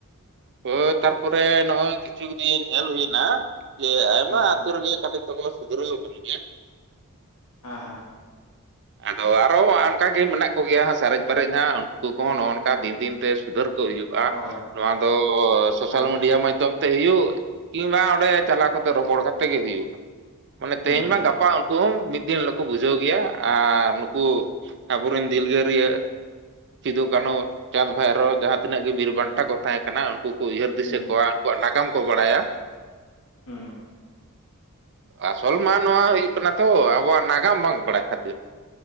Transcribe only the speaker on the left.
ᱦᱮᱸ
<unintelligible>
ᱦᱳᱭ
ᱦᱮᱸ
ᱦᱮᱸ
ᱦᱩᱸ
ᱦᱩᱸ
ᱦᱩᱸ